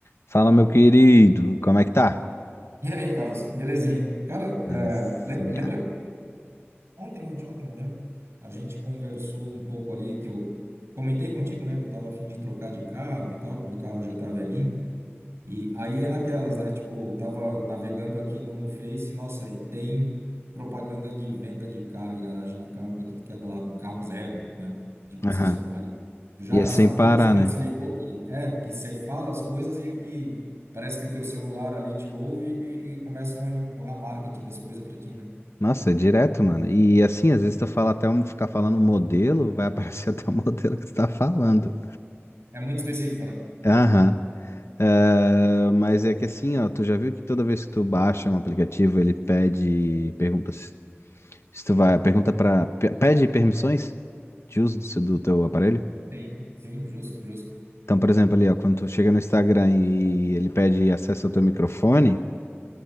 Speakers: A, on the left (about 70°); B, on the right (about 70°).
A: Fala, meu querido, como é que tá?
B: E aí, Carlos, belezinha? Cara,
A: Belezinha.
B: eh, le- lembra ontem, ontem, ontem, não lembro? A gente conversou um pouco ali que eu comentei contigo, né? Que eu tava a fim de trocar de carro e tal, que meu carro já tá velhinho. E aí é naquelas, né? Tipo, tava navegando aqui no, no Face, nossa, e tem propaganda de venda de carro e garagem de carro para tudo que é lado, carro zero, né? De concessionária.
A: Aham.
B: Tu já
A: E é sem
B: sacou
A: parar,
B: assim, já
A: né?
B: se ligou que é, que você fala as coisas e, e parece que o teu celular ali te ouve e, e começam a empurrar marketing das coisas para ti, né?
A: Nossa, é direto, mano. E assim, às vezes tu fala até um, ficar falando um modelo, vai aparecer <laughs> até o modelo que tu tá falando.
B: É muito específico, né?
A: Aham. É, mas é que assim, ó, tu já viu que toda vez que tu baixa um aplicativo, ele pede, pergunta se, se tu vai, pergunta pra, pe- pede permissões de uso do, seu- do teu aparelho?
B: Sim, sim, justo, justo.
A: Então, por exemplo, ali, ó, quando tu chega no Instagram e ele pede acesso ao teu microfone,